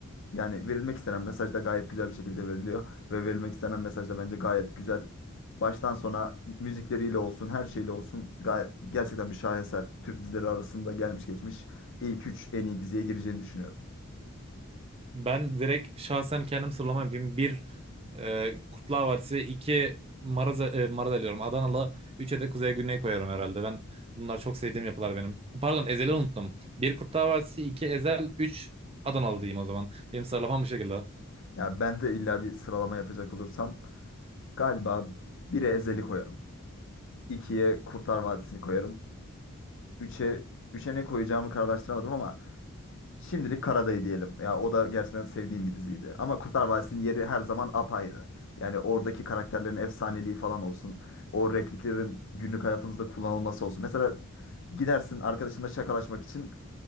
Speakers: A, on the left; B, on the right.
A: Yani verilmek istenen mesaj da gayet güzel bir şekilde veriliyor. Ve verilmek istenen mesaj da bence gayet güzel. Baştan sona müzikleriyle olsun, her şeyle olsun gayet, gerçekten bir şaheser. Türk dizileri arasında gelmiş geçmiş ilk üç en iyi diziye gireceğini düşünüyorum.
B: Ben direkt şahsen kendim sıralama yapayım. Bir e, Kurtlar Vadisi, iki Maraz, e, Maraz diyorum. Adanalı, üçe de Kuzey Güney koyarım herhalde. Ben bunlar çok sevdiğim yapılar benim. Pardon Ezel'i unuttum. Bir Kurtlar Vadisi, iki Ezel, üç Adanalı diyeyim o zaman. Benim sıralamam bu şekilde.
A: Ya ben de illa bir sıralama yapacak olursam galiba 1'e Ezel'i koyarım. 2'ye Kurtlar Vadisi'ni koyarım. üçe 3'e ne koyacağımı kararlaştıramadım ama şimdilik Karadayı diyelim. Ya o da gerçekten sevdiğim bir diziydi. Ama Kurtlar Vadisi'nin yeri her zaman apayrı. Yani oradaki karakterlerin efsaneliği falan olsun. O repliklerin günlük hayatımızda kullanılması olsun. Mesela gidersin arkadaşınla şakalaşmak için